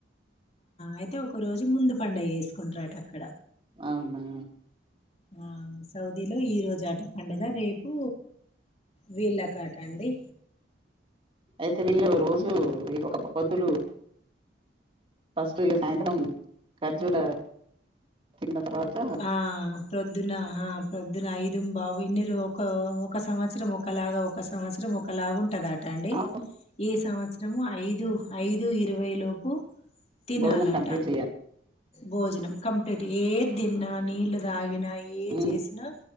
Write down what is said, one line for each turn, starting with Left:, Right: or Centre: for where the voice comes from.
Left: అయితే ఒక రోజు ముందు పండగ చేేసుకుంటార్ట అక్కడ
Right: అవునా
Left: ఆ సౌదీలో ఈ రోజు ఆట పండుగ రేపు వీళ్ళకాట అండి.
Right: అయితే వీళ్ళు రోజూ ఈ ఒక్క పొద్దులు ఫస్ట్ సాయంత్రం ఖర్జూర తిన్న తర్వాత
Left: ఆ ప్రొద్దునా ఆ ప్రొద్దున ఐదు ఐదు బావు ఇన్ని ఒక ఒక సంవత్సరం ఒకలాగా ఒక సంవత్సరం ఒకలాగా ఉంటదటా. రండి.
Right: ఆ
Left: ఈ సంవత్సరము ఐదు ఐదు ఇరవైలోపు తినాలాట
Right: భోజనం కంప్లీట్ చేయాలి
Left: భోజనం కంప్లీట్. ఏంది తిన్న నీళ్ళు తాగినా ఏ
Right: ఉమ్
Left: జేసినా